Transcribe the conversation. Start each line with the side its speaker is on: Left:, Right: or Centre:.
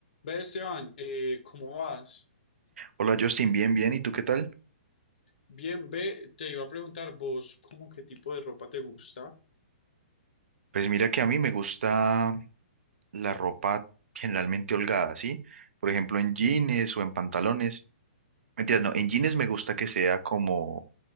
Left: Ve, Esteban, eh, ¿cómo vas?
Right: Hola Justin, bien, bien. ¿Y tú qué tal?
Left: Bien, ve, te iba a preguntar vos, ¿cómo qué tipo de ropa te gusta?
Right: Pues mira que a mí me gusta la ropa generalmente holgada, ¿sí? Por ejemplo, en jeans
Left: Oh,
Right: o en pantalones. Mentiras, no, en jeans me gusta que sea como,